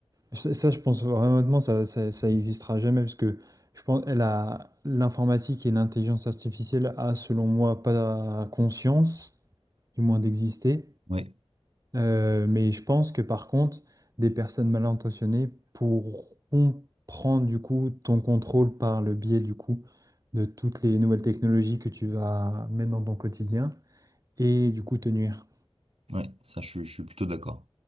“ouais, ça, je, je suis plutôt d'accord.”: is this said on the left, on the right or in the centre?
Right